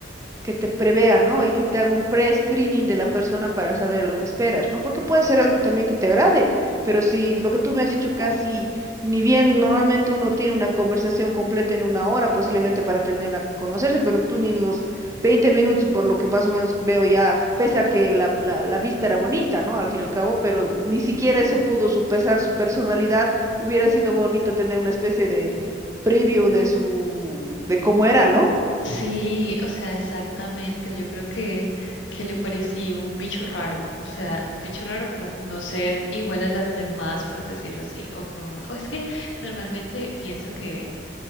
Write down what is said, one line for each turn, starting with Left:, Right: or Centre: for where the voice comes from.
Right: que te prevea, ¿no? Y que te haga un pre-screening de la persona para saber lo que esperas, ¿no? Porque puede ser algo también que te agrade, pero si lo que tú me has dicho casi, ni bien normalmente uno tiene una conversación completa en una hora, posiblemente para tener a conocerse, pero tú ni en los 20 minutos, por lo que más o menos veo ya, pese a que la, la, la vista era bonita, ¿no? Al fin y al cabo, pero ni siquiera eso pudo supesar su personalidad, hubiera sido bonito tener una especie de preview de su, de cómo era, ¿no?
Left: Sí, o sea, exactamente. Yo creo que, que le parecí un bicho raro, o sea, un bicho raro por no ser igual a las demás, por decirlo así, o con, o es que normalmente pienso que